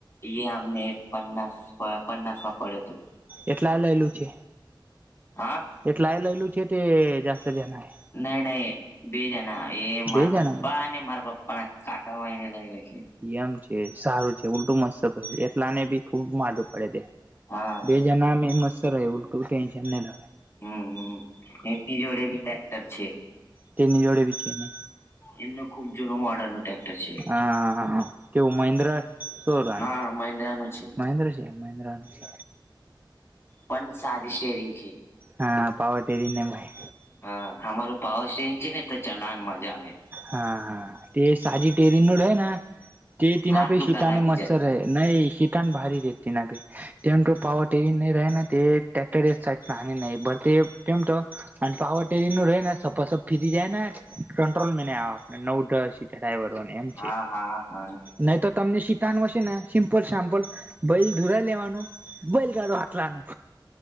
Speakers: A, on the left; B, on the right.
A: ઈ આમને પન્નાસ પ પન્નાસ માં પડ તુ.
B: એટલા લઈલું છે?
A: હા?
B: એટલાય લઈલું છે તે જાસ્ત જનાય.
A: નઈ નઈ બે જના એ માર
B: બે
A: પપ્પા
B: જણા
A: અને માર પપ્ પણ આ કાકાઓ ઈને લઈ લેશે.
B: એમ છે સારું છે ઉલટું મસ્ત પૈ એટલા ને બી ખુબ માદું પળે તે.
A: હા.
B: બે જનામે મસ્ત રહે ઉલ્ટું ટેન્શન ન લવે.
A: હં હં એમની જોળે બી ટેક્ટર છે.
B: તેની જોળે બી છે ને.
A: એમનો ખુબ જૂનો મોર્ડરનો ટેક્ટર છે.
B: હા હા હા હા કેવું મહેન્દ્ર સોરન?
A: હા મહિન્દ્રા નું છે
B: મહેન્દ્ર છે. મહેન્દ્ર નું છે.
A: પન સાદી સ્ટેરિંગ છે.
B: હા પાવર ટેરીનેમાઈ
A: હા હમારું પાવર સ્ટેરીંગ છે ને તો ચલાઆન મજા આવે.
B: હા હા તે સાદી ટેરીન્ગ નુડ હોય ને. તી તીના
A: હાથ
B: પે
A: દુખા
B: સૂતાને
A: લાગી
B: મસર
A: જાય
B: એ નઈ શી કમ ભારી રેતી ના ગઈ તેમ તો પાવર ટેરી ને રેના ટેક્ટટર એક થાઈડ પાની ને બરતે કેમ તો, અન પાવર ટેરી નું રહે ને સપો સપ થીજી જાય ને. કંટ્રોલ મેં નઈ આવે આપને નવ દસ સીટ ડ્રાઈવરોને એમ
A: હા
B: છે,
A: હા હા
B: નઈ તો તમને શીતાનું હશે ને સિમ્પલ સામ્પલ ભલ ધુરા લેવાનું. બલકાો હાટલાનું.